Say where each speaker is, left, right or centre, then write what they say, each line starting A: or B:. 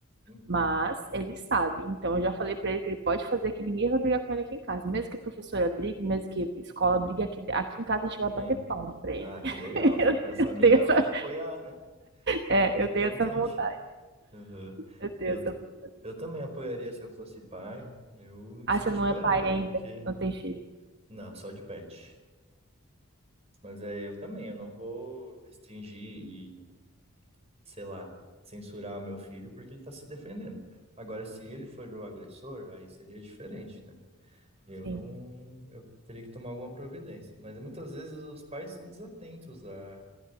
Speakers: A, on the right; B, on the right.
A: Uhum.
B: Mas ele sabe. Então eu já falei pra ele que ele pode fazer que ninguém vai brigar com ele aqui em casa. Mesmo que a professora brigue, mesmo que a escola brigue, aqui, aqui em casa a gente vai bater
A: Sim.
B: palma pra ele.
A: Ah, que
B: <laughs>
A: legal.
B: Eu
A: A família
B: tenho essa,
A: vai apoiar, né?
B: é,
A: Muito
B: eu
A: importante.
B: tenho essa vontade.
A: Aham.
B: Eu tenho
A: Eu,
B: essa
A: t-
B: vontade.
A: eu também apoiaria se eu fosse pai, eu incentivaria,
B: Ah, você não é pai ainda,
A: porque.
B: não tem filho.
A: Não, só de pet. Mas é, eu também, eu não vou restringir e, sei lá, censurar o meu filho porque ele tá se defendendo. Agora, se ele for o agressor, aí seria diferente, né? Eu
B: Sim,
A: não. Eu teria que tomar alguma providência. Mas muitas vezes os pais são desatentos à,